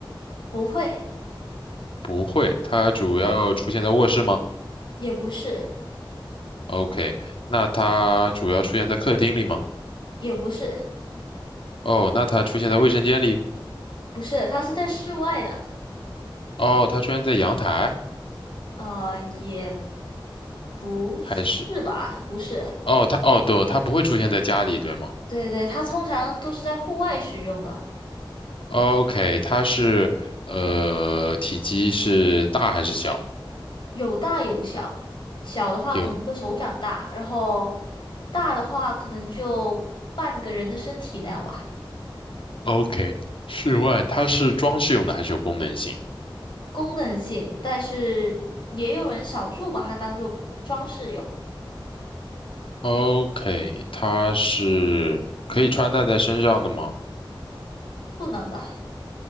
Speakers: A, on the left; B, on the left.
A: 不会，
B: 不会。它主要出现在卧室吗
A: 也不是，
B: ？OK。那它主要出现在客厅里吗？
A: 也不是，
B: 哦，那它出现在卫生间里？
A: 不是，它是在室外的，
B: 哦，它出现在阳台
A: 呃，也。不是吧？
B: 还是？
A: 不是，
B: 哦，它哦，对，它不会出现在家里，对吗
A: 对对，它通常都是在户外使用的，
B: ？OK，它是呃，体积是大还是小？
A: 有大有小。小的话可能一个手掌大，
B: 有
A: 然后大的话可能就半个人的身体那样吧。
B: OK，室外它是装饰用的还是有功能性
A: 功能性，但是也有人少数把它当做装饰用，
B: ？OK，它是可以穿戴在身上的吗？
A: 不能的。